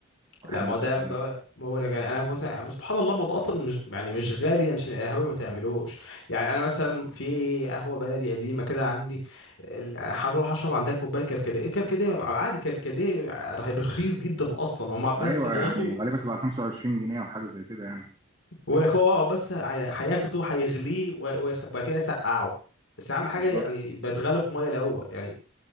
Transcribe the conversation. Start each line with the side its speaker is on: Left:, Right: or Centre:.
Right: أنا
Left: لا
Right: بحب
Left: ما
Right: الكركديه
Left: هو ده بقى ما هو لك يعني انا مثلا يعني سبحان الله الموضوع اصلا مش يعني مش غالي عشان القهاوي ما تعملوش يعني انا مثلا في قهوه بلدي قديمه كده عندي ال- هروح اشرب عندها كوبايه كركديه الكركديه عادي كركديه رخيص جدا اصلا هم بس
Right: ايوه
Left: بياخدوا
Right: يعني غالبا تبقى 25 جنيه او حاجه زي كده يعني
Left: هو لك هو بقى بس هي- هياخده هيغليه و- ويخ- وبعد كده يسقعه بس اهم حاجه
Right: بالظبط
Left: يعني يبقى يتغلى في ميه الاول يعني